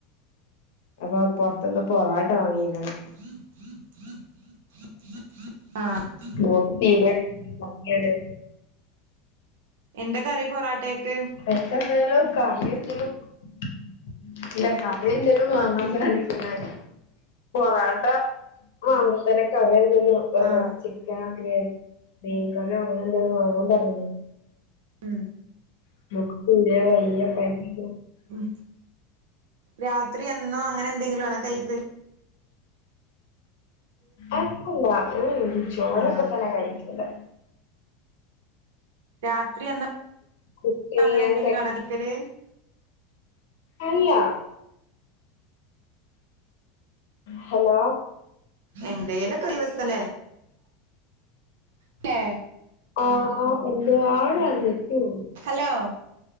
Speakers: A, on the left; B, on the right.
A: അപ്പോ പൊറത്തുന്ന് പൊറാട്ട വാങ്ങീക്ക്ണ്.
B: ആഹ്
A: മോക്ക് തീരേ നോക്ക്യേണേ.
B: എന്താ കറി പൊറാട്ടേക്ക്?
A: എക്കെന്തേലും കറി എന്തേലും <unintelligible> ഇല്ല കറി എന്തേലും വാങ്ങാ പറഞീക്ക്ണ് പൊറാട്ട വാങ്ങുമ്പ തന്നെ കറി എന്തേലും വല്ല
B: ആഹ്
A: ചിക്കനോ ഗഒക്കെ മീൻകറിയോ അങ്ങനെ എന്തേലും വാങ്ങാൻ പറഞ്ഞീനു
B: ഉം
A: <unintelligible>
B: ഉം രാത്രി എന്നും അങ്ങനെ എന്തെങ്കിലും ആണോ കഴിക്കൽ
A: അതല്ല ഊ ഉം ചോറൊക്കെ
B: ആഹ്
A: തന്നെ കഴിക്കല്
B: രാത്രി എന്നാ
A: കുക്ക് ചെയ്യാൻ
B: അങ്ങനെ എന്തെങ്കിലും
A: കഴിയും
B: <unintelligible>
A: അല്ല ഹലോ
B: ഏന്തേലൊക്കെ ദിവസലേ ല്ലേ
A: ആഹ് എന്ത അവ്ടെ നെറ്റ് പോ
B: ഹലോ